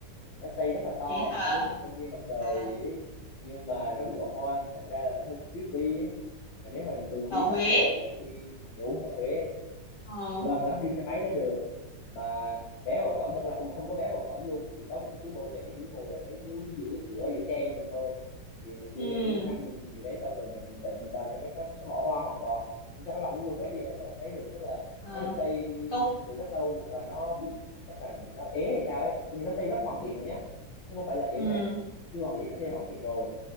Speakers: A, on the left; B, on the left.
A: nó xây rất là to,
B: thế hả
A: nó giống như công viên mặt trời
B: à,
A: ấy. Nhưng mà nó bị bỏ hoang, thành ra là nó hơi creepy ấy. Mà nếu mình thường mình
B: ở
A: đi với
B: Huế
A: bạn bè mà kiểu đi đúng ở Huế
B: ờ
A: gần lắm đi xe máy tới được mà vé vào cổng thật là không không có vé vào cổng luôn chỉ có một cái chú bảo vệ chú ngồi ở đấy chú giữ cái cửa giữ xe cho mình thôi thì mình đưa
B: ừ
A: cho chú 50 nghìn gì đấy xong rồi mình tự mình vào trong đấy nó, nó bỏ hoa hoàn toàn Thì sao các bạn Google Search bây giờ bạn vẫn thấy được tức là
B: ờ
A: nó được xây
B: công
A: từ rất lâu và nó bị chắc là nó ế hay sao ấy nhưng mà nó xây rất hoàn thiện rồi nhá chứ không phải là kiểu
B: ừ
A: mình chưa hoàn thiện nó xây hoàn thiện rồi